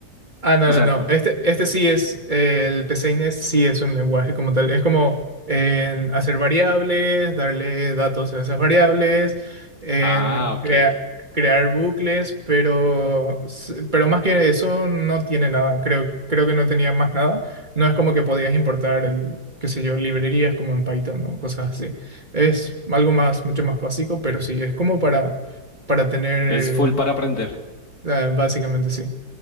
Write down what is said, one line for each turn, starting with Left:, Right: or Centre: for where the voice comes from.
Right: Ah, no,
Left: O sea,
Right: no, no. Este, este sí es, eh, el PCINES sí es un lenguaje como tal. Es como en hacer variables, darle datos a esas variables, en
Left: ah, ok.
Right: crea- crear bucles, pero, s- pero más que eso no tiene nada. Creo, creo que no tenía más nada. No es como que podías importar el, qué sé yo, librerías como en Python o cosas así. Es algo más, mucho más básico, pero sí, es como para, para tener,
Left: Es full para aprender.
Right: eh, básicamente sí.